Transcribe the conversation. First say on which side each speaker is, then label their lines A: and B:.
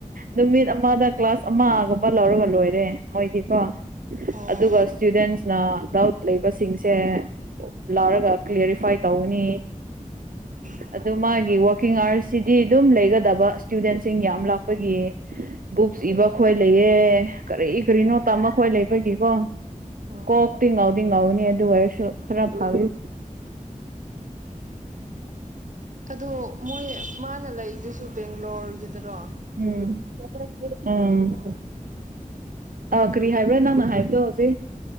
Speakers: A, on the right (about 85°); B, on the right (about 65°).
A: ꯅꯨꯃꯤꯠ ꯑꯃꯗ ꯀ꯭ꯂꯥꯁ ꯑꯃꯒꯨꯝꯕ ꯂꯧꯔꯒ ꯂꯣꯏꯔꯦ ꯃꯣꯏꯗꯤꯀꯣ
B: ꯑꯣ
A: ꯑꯗꯨꯒ ꯏꯁꯇꯨꯗꯦꯟꯁꯅ ꯗꯥꯎꯠ ꯂꯩꯕꯁꯤꯡꯁꯦ꯫ ꯂꯥꯔꯒ ꯀ꯭ꯦꯔꯤꯐꯥꯏ ꯇꯧꯒꯅꯤ
B: ꯎꯝ <inaudible>
A: ꯑꯗꯨ ꯃꯥꯒꯤ ꯀꯤꯡ ꯑꯥꯋꯔꯁꯁꯤꯗꯤ ꯑꯗꯨꯝ ꯂꯩꯒꯗꯕ ꯏꯁꯇꯨꯗꯦꯟꯁꯤꯡ ꯌꯥꯝ ꯂꯥꯛꯄꯒꯤ ꯕꯨꯛꯁ ꯏꯕ ꯈꯣꯏ ꯂꯩꯌꯦ ꯀꯔꯤ ꯀꯔꯤꯅꯣ ꯇꯥꯃ ꯑꯩꯈꯣꯏ ꯂꯩꯕꯒꯤꯀꯣ
B: ꯍꯣꯏ
A: ꯀꯣꯛꯇꯤ ꯉꯥꯎꯗꯤ ꯉꯥꯎꯅꯤ ꯑꯗꯨ ꯑꯣꯏꯔꯁꯨ ꯈꯔ ꯐꯥꯒꯅꯤ
B: ꯑꯗꯣ ꯃꯣꯏ ꯃꯥꯅ ꯂꯩꯗꯨꯁꯨ ꯕꯦꯡꯒ꯭ꯂꯣꯔꯒꯤꯗꯔꯣ
A: ꯎꯝ ꯎꯝ
B: ꯑꯣ
A: ꯑꯥ ꯀꯔꯤ ꯍꯥꯏꯕ꯭ꯔꯥ ꯅꯪꯅ ꯍꯥꯏꯕꯗꯣ ꯍꯧꯖꯤꯛ